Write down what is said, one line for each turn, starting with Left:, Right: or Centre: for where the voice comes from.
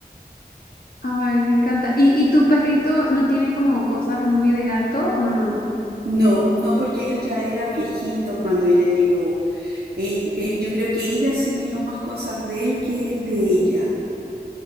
Left: Ay, me encanta. ¿Y, y tu perrito no tiene como cosas muy de gato o no?
Right: No, no porque él ya era viejito cuando ella llegó. Ell- eh, yo creo que ella asimiló más cosas de él que él de ella.